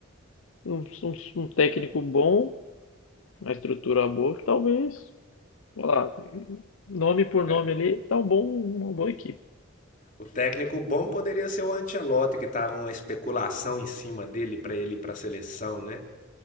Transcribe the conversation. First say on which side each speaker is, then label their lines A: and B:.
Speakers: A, on the left; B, on the left.
A: um, um- um técnico bom, uma estrutura boa que talvez, sei lá, nome por nome
B: é,
A: ali, tá um bom, uma boa equipe.
B: O técnico bom poderia ser o Ancelotti, que tá uma especulação em cima dele para ele ir para a seleção, né?